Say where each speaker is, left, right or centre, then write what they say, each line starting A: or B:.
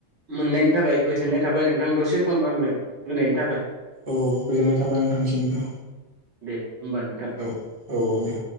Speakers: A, on the right (about 60°); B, on the right (about 30°).
A: मोननायनि थाखाय गोजोननाय थाबाय नोंथां दसे खम आंनो होनायनि थाखाय।
B: औ गोजोननाय थाबाय नोंथांनिसिमबो
A: दे होमबा नोंथां
B: औ औ औ दे।